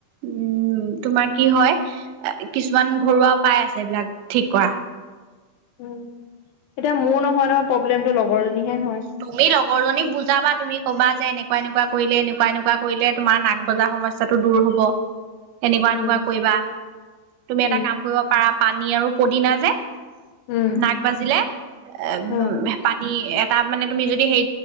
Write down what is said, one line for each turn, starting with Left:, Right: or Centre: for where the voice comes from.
Right: উম তোমাৰ কি হয় কিছুমান ঘৰুৱা উপায় আছে এইবিলাক ঠিক কৰা।
Left: উম, এতিয়া মোৰ নহয় নহয় প্ৰব্লেমটো লগৰজনীহে হয়।
Right: তুমি লগৰ জনীক বুজাবা তুমি কবা যে এনেকুৱা এনেকুৱা কৰিলে এনেকুৱা এনেকুৱা কৰিলে তোমাৰ নাক বজাৰ সমস্যা টো দূৰ হ'ব এনেকুৱা
Left: উম,
Right: এনেকুৱা কৰিবা। তুমি
Left: উম,
Right: এটা কাম কৰিব পাৰা পানী আৰু পদিনা যে।
Left: উম,
Right: নাক বাজিলে এ, উম,
Left: অ',
Right: পানী এটা মানে তুমি যদি সেই